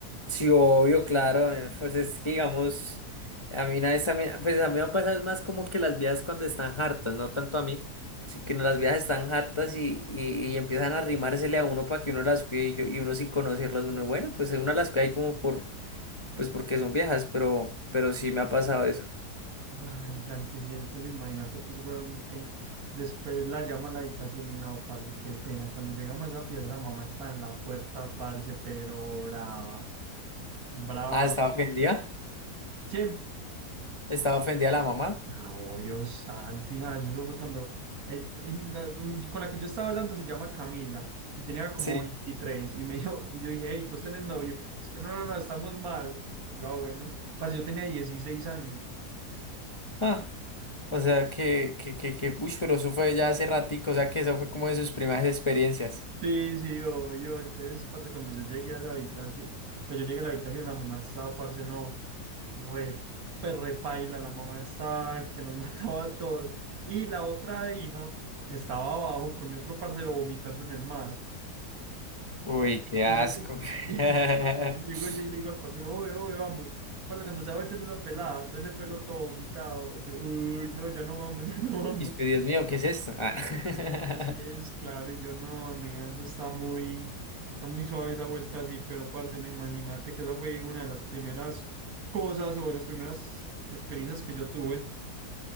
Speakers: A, on the left; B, on the right.
A: sí, obvio, claro, eh, pues es que digamos, a mí una vez también, pues a mí me pasa es más como que las viejas cuando están hartas, no tanto a mí, sí que no, las viejas están hartas y, y, y empiezan a arrimársele a uno para que uno las cuide y, yo- y uno sin conocerlas, uno, bueno, pues uno las cuida ahí como por, pues porque son viejas, pero, pero sí me ha pasado eso.
B: Ay, Santi, sí, entonces imagínate, pues, weón, que después la llama a la habitación y no, parce, qué pena. Cuando llegamos a esa pieza, la mamá está en la puerta, parce, pero brava. Brava.
A: Ah, ¿estaba ofendida?
B: ¿Quién?
A: ¿Estaba ofendida la mamá?
B: Ah, obvio, Santi, ay, eso fue cuando. el- y la- con la que yo estaba hablando se llama Camila y tenía como
A: Sí.
B: 23 y me <laughs> dijo, y yo dije, hey, pues tenés novio. Es que no, no, no, estamos mal. Yo, ah, bueno, parce, yo tenía 16 años.
A: Ah, o sea que, que, que, que, uy, pero eso fue ya hace ratico, o sea que eso fue como de sus primeras experiencias.
B: Sí, sí, obvio. Entonces, parce, cuando yo llegué a la habitación, pues yo llegué a la habitación, la mamá estaba, parce, no, re, pues, repaila, la mamá estaba que nos <laughs> mataba a todos. Y la otra hija estaba abajo con mi otro parcero vomitando en el mar. <laughs>
A: Uy, qué asco.
B: Y yo, y yo- y-
A: <laughs>
B: y llego yo y le digo al parcero, oye, oye, vamos. Parce, cuando se va volteando esa pelada, todo ese pelo todo vomitado, yo, uy, no, ya no vamos, <laughs> ya no vamos.
A: Y usted, Dios mío, ¿qué es esto? Ah. <laughs>
B: Así es, claro, y yo no, nea, eso está muy, está muy suave esa vuelta así, pero parce, no imagínate que esa fue una de las primeras cosas o de las primeras experiencias que yo tuve.